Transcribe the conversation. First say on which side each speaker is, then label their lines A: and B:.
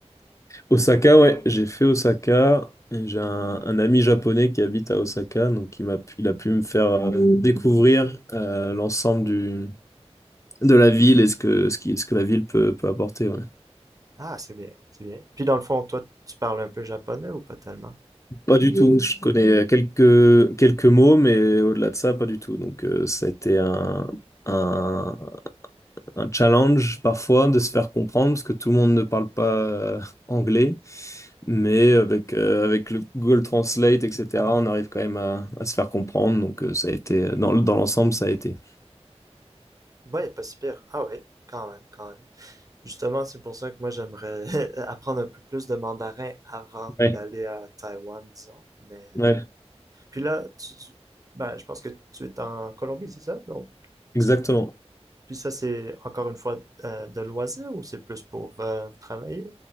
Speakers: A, on the left; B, on the right.
A: Osaka, ouais, j'ai fait Osaka. et J'ai un, un ami japonais qui habite à Osaka, donc il m'a, pu- il a pu me faire euh, découvrir euh, l'ensemble du, de la ville et ce que, ce qui, ce que la ville peut, peut apporter. ouais.
B: Ah, c'est bien, c'est bien. Puis dans le fond, toi, tu parles un peu japonais ou pas tellement?
A: Pas du tout. Je connais quelques, quelques mots, mais au-delà de ça, pas du tout. Donc euh, ça a été un, un, un challenge parfois de se faire comprendre parce que tout le monde ne parle pas euh, anglais. Mais avec, euh, avec le Google Translate, etc., on arrive quand même à, à se faire comprendre. Donc, euh, ça a été, euh, dans, dans l'ensemble, ça a été.
B: Ouais, pas si pire. Ah ouais, quand même, quand même. Justement, c'est pour ça que moi, j'aimerais <laughs> apprendre un peu plus de mandarin avant
A: Ouais,
B: d'aller à Taïwan, disons. Mais
A: ouais,
B: euh, puis là, tu, ben, je pense que tu es en Colombie, c'est ça? Donc,
A: exactement.
B: est-ce que puis ça, c'est encore une fois euh, de loisir ou c'est plus pour euh, travailler?